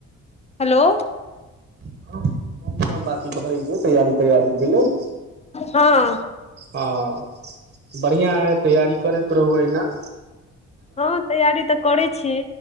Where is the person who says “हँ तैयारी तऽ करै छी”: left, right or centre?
Left